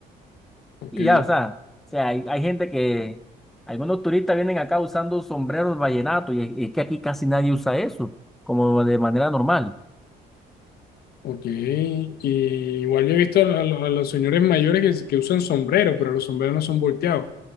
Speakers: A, on the left; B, in the centre.
A: ok,
B: y ya, o sea, o sea, hay, hay gente que, algunos turistas vienen acá usando sombreros vallenatos y, es y es que aquí casi nadie usa eso, como de manera normal.
A: ok. Y igual yo he visto a, lo- a los señores mayores que, s- que usan sombrero, pero los sombreros no son volteados.